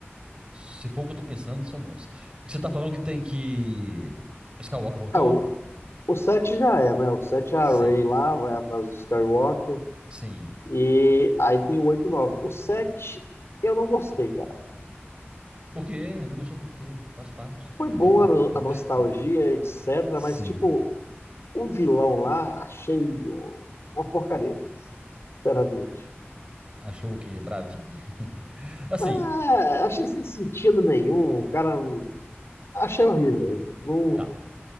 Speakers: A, on the right (about 25°); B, on the left (about 75°).
A: Se for o que eu tô pensando, são bons. O que Você tá falando que tem que. Skywalker voltou?
B: É, o, o 7 já é, né? O 7
A: Sim,
B: é a Rey lá, vai atrás do Skywalker,
A: sim.
B: e aí tem o 8 e o nove O 7 eu não gostei, cara.
A: Por quê? Não gostou por quê? Faz parte da trilogia.
B: Foi bom a, no- a nostalgia,
A: <laughs>
B: etc,
A: Sim.
B: mas, tipo, o vilão lá achei um, uma porcaria, sinceramente.
A: Achou o quê? Bravinho? <laughs> Assim,
B: Ah, achei sem sentido nenhum. O cara. Achei horrível. Não-
A: tá.